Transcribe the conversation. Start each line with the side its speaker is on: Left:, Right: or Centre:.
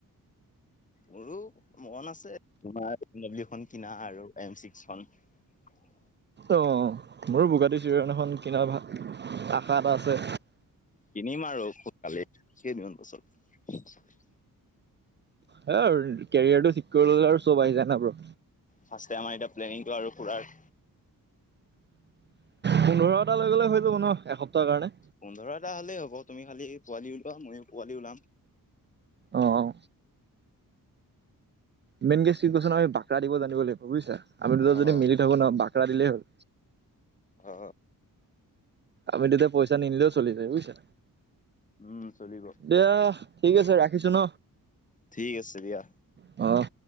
Left: মোৰো মন আছে তোমাৰ বি <unintelligible> এ ডাব্লিউ খন কিনা আৰু এম চিক্সখন <unintelligible>
Right: অ মোৰো বোগাটো চিৰিয়ণ এখন কিনা ভাগ আশা এটা আছে
Left: কিনিম আৰু সোনকালে কেইদিনমান পাছত
Right: হ আৰু কেৰিয়াৰটো ঠিক কৰি ললে আৰু চব আহি যায় না ব্ৰ।
Left: <unintelligible> প্লেনিংটো আৰু পুৰাৰ
Right: পোন্ধৰটা লৈ গলে হৈ যাব ন এসপ্তাহৰ কাৰণে।
Left: পোন্ধৰটা হলেই হ'ব তুমি খালি পোৱালি ওলোৱা মইয়ো পোৱালি ওলাম।
Right: অঁ মেইন গেছ কি কৈছ ন আ বাকৰা দিব জান লাগিব বুইছা আমি দুটা
Left: অ',
Right: যদি মিলি থাকো ন বাক খেলা দিলেই হ'ল
Left: অ
Right: আমিটোতো পইচা নিনিলেও চলি যায় বুইছা
Left: উম, চলিব
Right: দিয়া ঠিক আছে ৰাখ ৰাখিছো ন
Left: ঠিক আছে দিয়া
Right: অহ